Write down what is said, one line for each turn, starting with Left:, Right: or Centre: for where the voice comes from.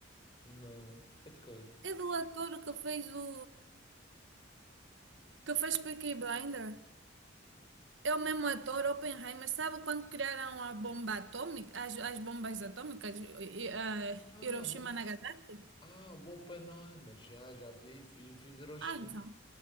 Left: Não. É de quê?
Right: É do ator que fez o. que fez Peaky Blinder. É o mesmo ator, Oppenheimer. Sabe quando criaram a bomba atômica, as, as bombas atômicas, e- e, ah,
Left: Ah,
Right: Hiroshima
Left: o,
Right: e Nagasaki?
Left: ah, o Oppenheimer, já, já vi, fui, fui ver ao cinema.
Right: Ah, então.